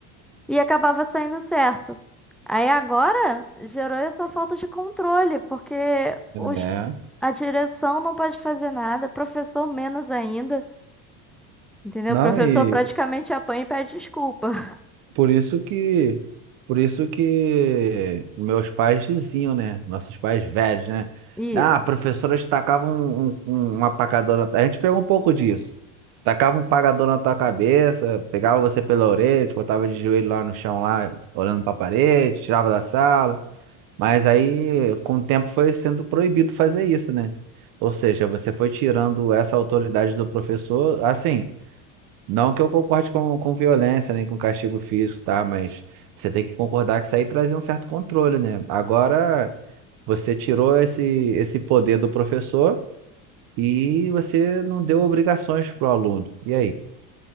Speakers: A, in the centre; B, on the right (about 60°).
A: e acabava saindo certo. Aí agora gerou essa falta de controle, porque
B: É.
A: os, a direção não pode fazer nada, professor menos ainda, entendeu?
B: Não,
A: O professor
B: e
A: praticamente apanha e pede desculpa. <laughs>
B: por isso que por isso que meus pais diziam, né? Nossos pais velhos, né?
A: Isso,
B: Ah, a professora tacava um, um, um- uma pacadona. na tua-" A gente pegou um pouco disso. Tacava um pagador na tua cabeça, pegava você pela orelha, te botava de joelho lá no chão, lá, olhando pra parede, tirava da sala. Mas aí, com o tempo, foi sendo proibido fazer isso, né? Ou seja, você foi tirando essa autoridade do professor, assim. Não que eu concorde com, com violência, nem com castigo físico, tá? Mas você tem que concordar que isso aí trazia um certo controle, né? Agora, você tirou esse, esse poder do professor e você não deu obrigações pro aluno. E aí?